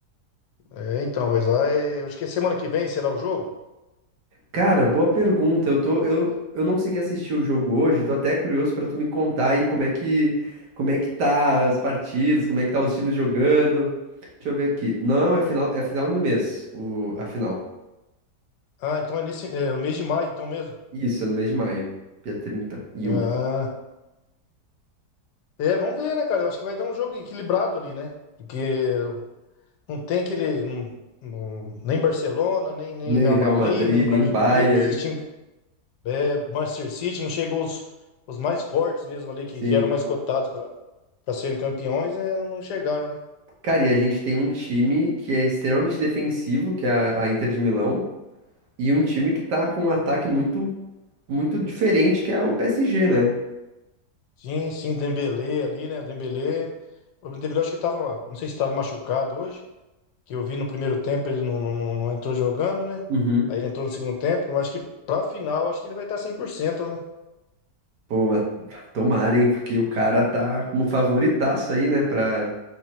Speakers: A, on the left; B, on the right.
A: É, então, mas lá, é, acho que é semana que vem será o jogo?
B: Cara, boa pergunta. Eu tô, eu, eu não consegui assistir o jogo hoje, tô até curioso pra tu me contar aí como é que, como é que tá as partidas, como é que tá os times jogando. Deixa eu ver aqui. Não, é final, é final do mês, o, a final.
A: Ah, então é nesse, é, o mês de maio, então mesmo.
B: Isso, é no mês de maio, dia trinta e
A: Ah,
B: um.
A: é, vamos ver, né, cara? Eu acho que vai dar um jogo equilibrado ali, né? Porque não tem aquele. não- não- nem Barcelona, nem, nem
B: Nem
A: Real
B: Real
A: Madrid,
B: Madrid,
A: nem Bayern
B: nem Bayern.
A: de Munique, esses times É, Manchester City, não chegou os, os mais fortes mesmo ali,
B: Sim.
A: que, que eram mais cotados para serem campeões, é, não, não chegaram, né?
B: Cara, e a gente tem um time que é extremamente defensivo, que é a, a Inter de Milão, e um time que tá com um ataque muito, muito diferente, que é o PSG, né?
A: Sim, sim, Dembélé ali, né? Dembélé. O Dembélé acho que tava, não sei se estava machucado hoje, que eu vi no primeiro tempo ele não, não, não não entrou jogando, né?
B: Uhum.
A: Aí ele entrou no segundo tempo, mas acho que pra final acho que ele vai estar cem por cento, né?
B: Pô, mas tomara, hein? Porque o cara tá como favoritaço aí, né? Pra,